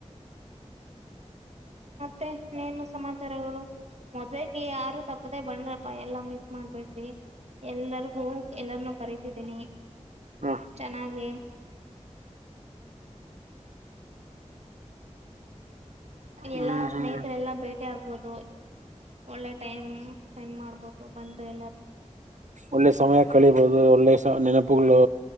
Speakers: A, on the right (about 60°); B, on the right (about 80°).
A: ಮತ್ತೆ ಇನ್ನೇನು ಸಮಾಚಾರಗಳು. ಮದ್ವೆಗೆ ಯಾರು ತಪ್ಪದೆ ಬಣ್ರಪ್ಪ ಎಲ್ಲಾ ಮಿಸ್ ಮಾಡ್ಬೇಡ್ರಿ. ಎಲ್ಲರಿಗೂ ಹ ಎಲ್ಲರನು ಕರಿತಿದ್ದೀನಿ
B: ಹ
A: ಚೆನ್ನಾಗೆ. ಎಲ್ಲಾ
B: ಹ್ಮ್
A: ಸ್ನೇಹಿತರೆ
B: ಹ್ಮ್
A: ಎಲ್ಲಾ ಬೇ <unintelligible> ಆಗ್ಬೋದು ಒಳ್ಳೆ ಟೈಮ್ ಸ್ಪೆಂಡ್ ಮಾಡ್ಬೋದು ಬಂನ್ರೀ ಎಲ್ಲರೂ.
B: ಒಳ್ಳೆ ಸಮಯ ಕಳಿಬಹುದು ಒಳ್ಳೆ ನೆನಪುಗಳು.